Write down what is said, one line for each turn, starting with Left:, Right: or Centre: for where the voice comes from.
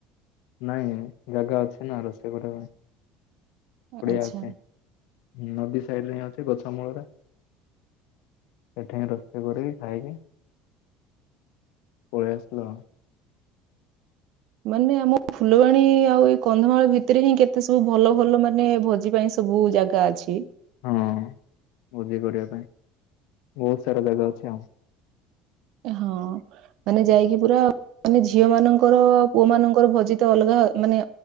Left: ନାଇଁ, ଜାଗା ଅଛି ନା ରୋଷେଇ କରିବା ପାଇଁ।
Right: ଆଚ୍ଛା
Left: ପଡିଆ ଅଛି। ନଦୀ ସାଇଡରେ ହିଁ ଅଛି ଗଛ ମୂଳରେ। ସେଠେଇଁ ରୋଷେଇ କରିକି ଖାଇକି ପଳେଇଆସିଲୁ ଆଉ।
Right: ମାନେ ଆମ ଫୁଲବାଣୀ ଆଉ ଏଇ କନ୍ଧମାଳ ଭିତରେ ହିଁ କେତେ ସବୁ ଭଲ ଭଲ ମାନେ ଭୋଜି ପାଇଁ ସ ବୁ ଜାଗା ଅଛି।
Left: ହଁ ଭୋଜି କରିବା ପାଇଁ ବହୁତ ସାରା ଜାଗା ଅଛି ଆଉ।
Right: ହଁ ମାନେ ଯାଇକି ପୁରା ମାନେ ଝିଅମାନଙ୍କର ଆଉ ପୁଅମାନଙ୍କର ଭୋଜି ତ ଅଲଗା ମାନେ